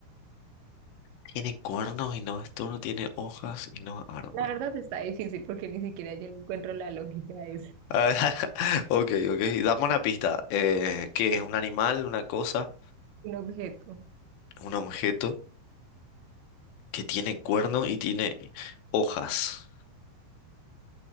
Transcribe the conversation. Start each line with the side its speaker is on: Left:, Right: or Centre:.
Left: Tiene cuernos y no es toro, tiene hojas y no es árbol.
Right: La verdad está difícil porque ni siquiera yo le encuentro la lógica a eso.
Left: Ah, <laughs> ok, ok. Dame una pista. Eh, ¿qué es un animal, una cosa,
Right: Un objeto,
Left: un objeto que tiene cuernos y tiene hojas?